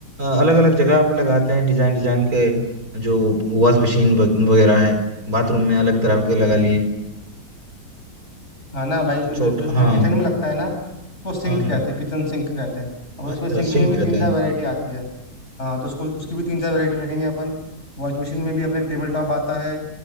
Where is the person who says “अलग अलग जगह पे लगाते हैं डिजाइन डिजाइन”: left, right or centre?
Right